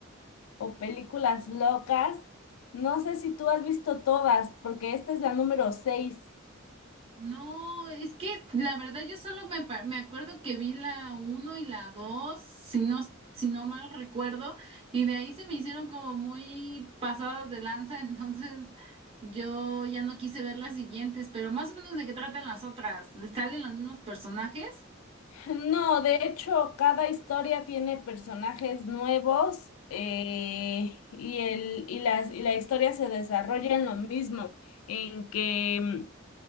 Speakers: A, on the left; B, on the right.
A: o películas locas. No sé si tú has visto todas, porque esta es la número seis
B: No, es que la verdad yo solo me, pa- me acuerdo que vi la uno y la 2, si no, si no mal recuerdo, y de ahí se me hicieron como muy pasadas de lanza, <laughs> entonces yo ya no quise ver las siguientes, pero más o menos de qué tratan las otras, ¿salen los mismos personajes?
A: <laughs> No, de hecho, cada historia tiene personajes nuevos eh, y, el, y, las, y la historia se desarrolla en lo mismo, en que...